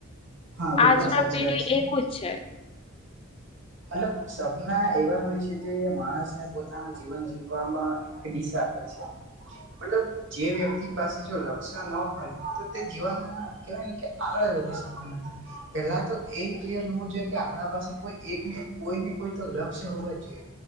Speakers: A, on the right; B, on the left.
A: હા બિલકુલ
B: આજના
A: સાચી
B: પેઢી
A: વાત છે.
B: એવુજ છે
A: મતલબ સપના એવા હોય છે જે માણસને પોતાનું જીવન જીવવામાં ત્રીસ આપે છે મતલબ જે વ્યક્તિ પાસે જો લક્ષ્ય ન હોય તો તે જીવનમાં કેવાય ન કે આગળ જ વધી શકતી નથી પેલા તો એ ક્લિયર હોવું જોઈએ કે આપ પાસે કોઈ એકને કોઈ ને કોઈ તો લક્ષ હોવા જોઈએ